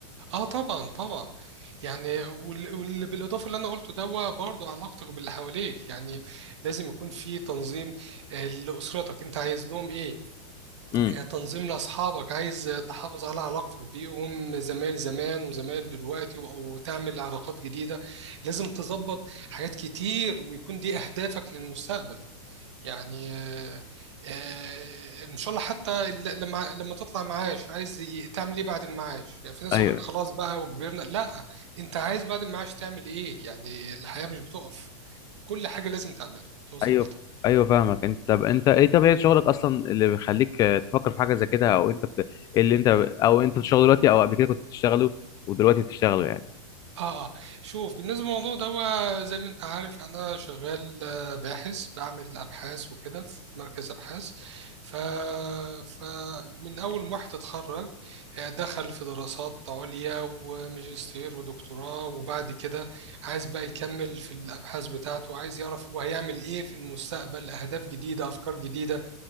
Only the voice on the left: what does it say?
امم
ايوه
ايوه ايوه فاهمك انت طب انت ايه طبيعه شغلك اصلا اللي بيخليك آه، تفكر في حاجه زي كده او انت بت... إيه اللي انت او انت بتشتغل دلوقتي او قبل كده كنت بتشتغله ودلوقتي بتشتغله يعني